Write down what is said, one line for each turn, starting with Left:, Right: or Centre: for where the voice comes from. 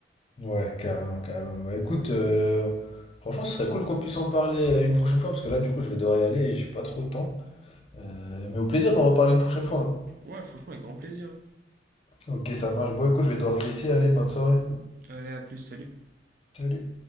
Left: Ouais, carrément, carrément. Bah écoute, euh, franchement, ce serait cool qu'on puisse en parler euh, une prochaine fois, parce que là, du coup, je vais devoir y aller et j'ai pas trop le temps. Euh, mais au plaisir d'en reparler une prochaine fois.
Right: Ouais, franchement, avec grand plaisir.
Left: hein. Ok, ça marche. Bon, écoute, je vais devoir te laisser. Allez, bonne soirée.
Right: Allez, à plus, salut.
Left: Salut.